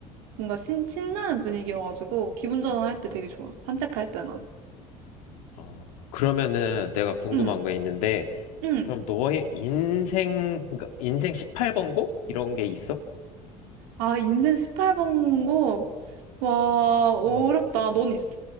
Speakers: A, on the right; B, on the left.
A: 뭔가 신, 신나는 분위기여가지고, 기분 전환할 때 되게 좋아. 산책할 때나.
B: 어. 그러면은 내가 궁금한
A: 응.
B: 거 있는데,
A: 응.
B: 그럼 너의 인생, 그러니까 인생 18번 곡? 이런 게 있어?
A: 아, 인생 18번고? 와, 어렵다.
B: 음.
A: 넌 있어?